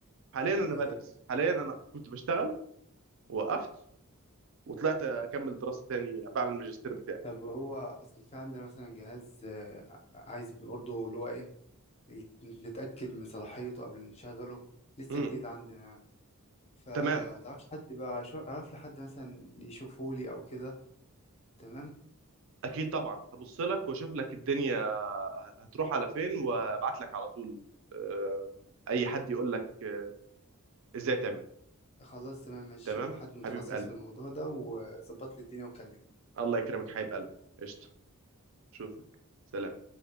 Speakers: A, on the right (about 60°); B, on the left (about 30°).
A: حاليا انا
B: آه،
A: بدرس حاليا انا كنت بشتغل وقفت وطلعت اكمل دراسه تاني بعمل الماجستير بتاعي
B: طب هو أصل في عندنا مثلا جهاز آه، عايز برضه اللي هو إيه يت- نتأكد من صلاحيته قبل نشغله لسه
A: امم
B: جديد عندنا يعني فتعرفش
A: تمام
B: حد يبقى شو- أعرف لحد مثلا يشوفه لي أو كده تمام
A: اكيد طبعا هبص لك واشوف لك الدنيا هتروح على فين وابعت لك على طول آه، اي حد يقول لك آه، ازاي تعمل
B: خلاص تمام ماشي
A: تمام
B: شوف لحد متخصص
A: حبيب قلبي
B: في الموضوع ده وظبط لي الدنيا وكلمني
A: الله يكرمك حبيب قلبي قشطه اشوفك سلام